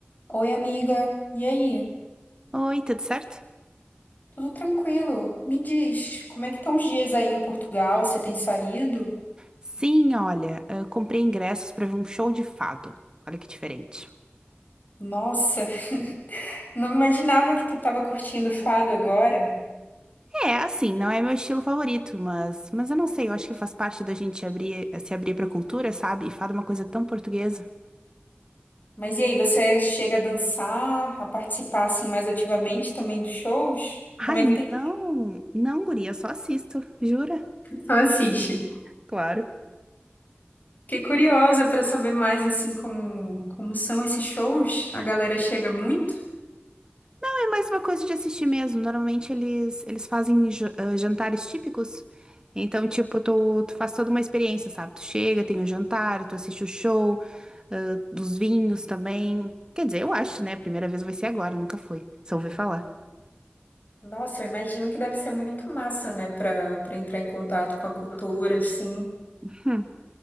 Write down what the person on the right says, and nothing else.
Oi, tudo certo?
Sim, olha, eu comprei ingressos pra ver um show de fado. Olha que diferente.
É, assim, não é meu estilo favorito, mas, mas eu não sei, eu acho que faz parte da gente abrir, se abrir pra cultura, sabe? E fado é uma coisa tão portuguesa.
Ai,
não, não, guria, eu só assisto, jura?
Claro.
É mais uma coisa de assistir mesmo. Normalmente eles, eles fazem ja- ah, jantares típicos. Então, tipo, tu, tu faz toda uma experiência, sabe? Tu chega, tem o jantar, tu assiste o show, ah, dos vinhos também. Quer dizer, eu acho, né? A primeira vez vai ser agora, nunca fui. Só ouvi falar.
Hum.